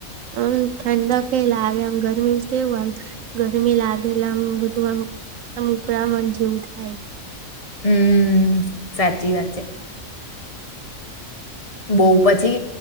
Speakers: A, on the right; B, on the left.
A: હમ. ઠંડ કઈ લાગે આમ ગરમી કેવું આમ ગરમી લાગે આમ બધું આમ આકરા જેવું થાય
B: હમ. સાચી વાત છે. બઉ પછી